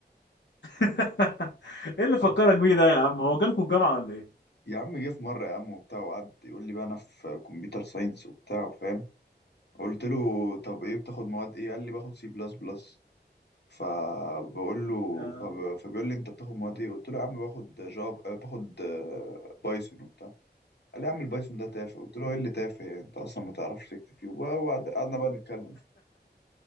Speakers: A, on the left (about 85°); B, on the left (about 70°).
A: <laughs> إيه اللي
B: طب
A: فكرك بيه ده يا عم هو جالكوا الجامعة ولا إيه؟
B: يا عم جه في مرة يا عم وبتاع وقعد يقول لي بقى انا في كمبيوتر ساينس وبتاع فاهم قلت له طب ايه بتاخد مواد ايه قال لي باخد سي بلس بلس فبقول له
A: آه.
B: فب... فبيقول لي انت بتاخد مواد ايه قلت له يا عم باخد جافا باخد آه، بايثون وبتاع قال لي يا عم البايثون ده تافه قلت له ايه اللي تافه يعني انت اصلا ما تعرفش تكتب فيه وبقى- وقعد- قعدنا بقى نتكلم